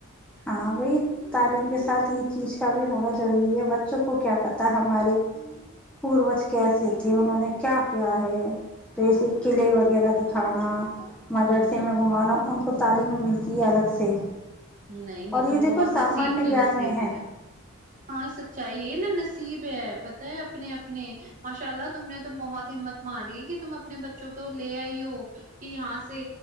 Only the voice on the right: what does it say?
ہوں
نہیں یہ
تو بہت
نصیب سے
نصیب
ہوتا ہے ہاں سچائی ہے نا نصیب پتا ہے اپنے اپنے ماشاء اللہ تم نے تو بہت ہمت مار لی کہ تم اپنے بچوں کو لے آئی ہو کہ یہاں سے